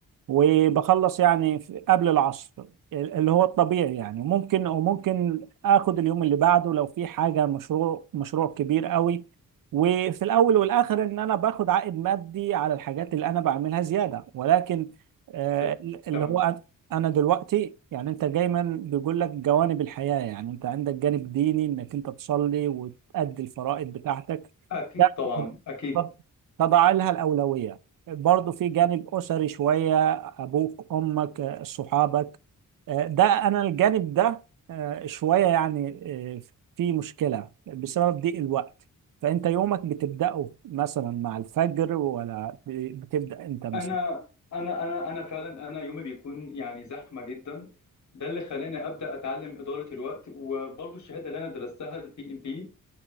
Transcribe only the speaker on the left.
ت-
تمام
اكيد
طبعا اكيد
انا انا انا انا فعلا انا يومي بيكون يعني زحمه جدا ده اللي خلاني ابدا اتعلم اداره الوقت وبرضو الشهاده اللي انا درستها البي ام بي